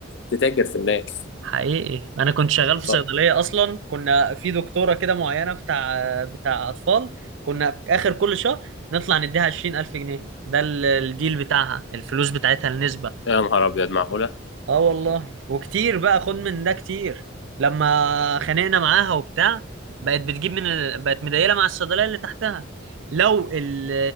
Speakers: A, on the left; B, on the right.
A: تتاجر في الناس
B: حقيقي انا كنت شغال في
A: ف...
B: صيدليه اصلا كنا في دكتوره كده معينه بتاع بتاع اطفال كنا اخر كل شهر نطلع نديها 20000 جنيه ده ال- الديل بتاعها الفلوس بتاعتها النسبه
A: يا نهار ابيض معقولة
B: اه والله وكتير بقى خد من ده كتير لما خانقنا معاها وبتاع بقت بتجيب من ال... بقت مديله مع الصيدليه اللي تحتها لو ال...